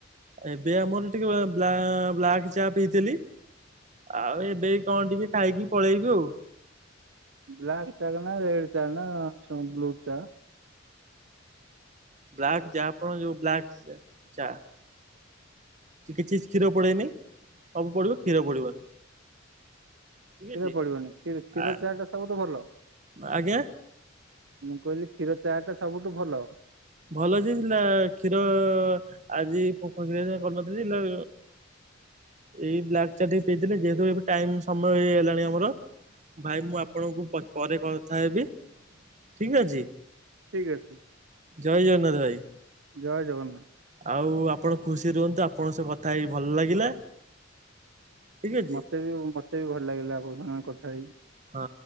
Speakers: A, on the right; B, on the right.
A: ଏବେ ଆମର ଟିକି ବ୍ଲାକ୍ ଚା ପିଇଥିଲି। ଆଉ ଏବେ କଣ ଟିକେ ଖାଇକି ପଳେଇବି ଆଉ।
B: ବ୍ଲାକ୍ ଚା ନା ରେଡ ଚ ନା ବ୍ଲୁ ଚା?
A: ବ୍ଲାକ୍ ଚା। ଆପଣ ଯୋଉ ବ୍ଲାକ୍ ଚା। କିଛି କ୍ଷୀର ପଡେନି। ସବୁ ପଡିବ କ୍ଷୀର ପଡିବନି। ଠିକ୍
B: କ୍ଷୀର
A: ଅଛି।
B: ପଡିବନି କ୍ଷୀ କ୍ଷୀର
A: ଆ
B: ଚାହା ଟା ସବୁଠୁ ଭଲ।
A: ଆଜ୍ଞା
B: ମୁଁ କଇଲି କ୍ଷୀର ଚାହା ଟା ସବୁଠୁ ଭଲ।
A: ଭଲ ସେ ଦେଇ-କ୍ଷୀର ଆଜି ପୋ କ୍ଷୀର କରିନଥିଲି। ଏଇ ବ୍ଲାକ୍ ଚା ଟିକେ ପିଇଥିଲି। ଯେହେତୁ ଏବେ ଟାଇମ୍ ସମୟ ହେଇଗଲାଣି ଆମର। ଭାଇ ମୁଁ ଆପଣଙ୍କୁ ପରେ କଥା ହେବି। ଠିକ୍ ଅଛି।
B: ଠିକ୍ ଅଛି।
A: ଜୟ ଜଗନ୍ନାଥ ଭାଇ।
B: ଜୟ ଜଗନ୍ନାଥ।
A: ଆଉ ଆପଣ ଖୁସି ରୁହନ୍ତୁ। ଆପଣଙ୍କ ସଅ କଥା ହେଇ ଭଲ ଲାଗିଲା। ଠିକ ଅଛି
B: ମତେ ବି ମତେ ବି ଭଲ ଲାଗିଲା ଆପଣ ସା କଥା ହେଇକି।
A: ହଁ